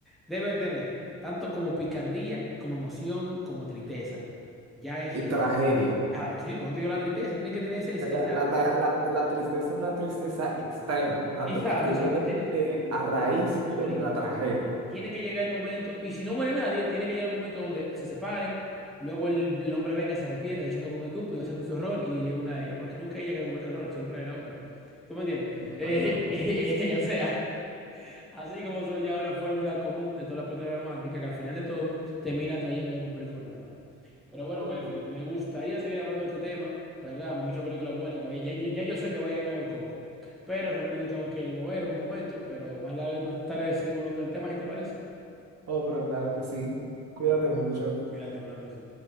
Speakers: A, in the centre; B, on the right.
A: Debe tener tanto como picardía, como emoción, como tristeza. Ya es
B: Y
A: genérico.
B: tragedia.
A: Ah, sí, pero yo te digo la tristeza. Tiene que tener ese-
B: Porque
A: ese-
B: La,
A: esa...
B: la, tra- la- la tristeza es una tristeza extrema, una,
A: Exacto,
B: tra- que
A: exacto.
B: viene de,
A: Tiene,
B: de- a raíz
A: Obligatoriamente.
B: de una tragedia.
A: Tiene que llegar el momento, y si no muere nadie, tiene que llegar el momento donde se separen, luego el, el hombre venga, y se arrepienta diciendo que un estúpido acepta su error y es una de ellas, porque nunca es ella que comete el error, siempre es el hombre. ¿Tú me entiendes? Eh,
B: Ajá.
A: <laughs> eh, eh, o sea, Así como son ya una fórmula común de todas las películas románticas que al final de todo termina atrayendo a un público normal. Pero bueno,
B: Ok.
A: Mefi, me gustaría seguir hablando de este tema, ¿verdad? Muchas películas buenas que vaya. Ya, ya yo sé que voy a irme a ver Coco, pero realmente tengo que moverme un momento, pero más, largo, más tarde seguimos hablando del tema, si te parece.
B: Oh, pero claro que sí. Cuídate
A: Perfecto.
B: mucho.
A: Cuídate, pero entonces.